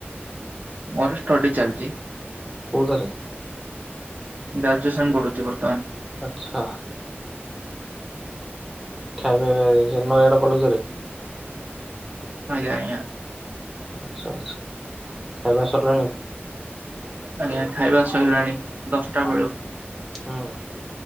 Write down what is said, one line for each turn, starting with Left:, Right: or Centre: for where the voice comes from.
Right: ମୋର ଷ୍ଟଡି ଚାଲିଚି।
Centre: କୋଉଥରେ?
Right: ଗ୍ରାଜୁଏସନ୍ ପଢୁଚି ବର୍ତ୍ତମାନ।
Centre: ଆଛା। ଖାଇବା ସେ ନୟାଗଡ କଲେଜ ରେ।
Right: ଆଜ୍ଞା ଆଜ୍ଞା।
Centre: ଆଛା ଆଛା ଖାଇବା ସରଲାଣି?
Right: ଆଜ୍ଞା ଖାଇବା ସଇଲାଣି ଦଶଟା ବେଳୁ।
Centre: ହୁଁ।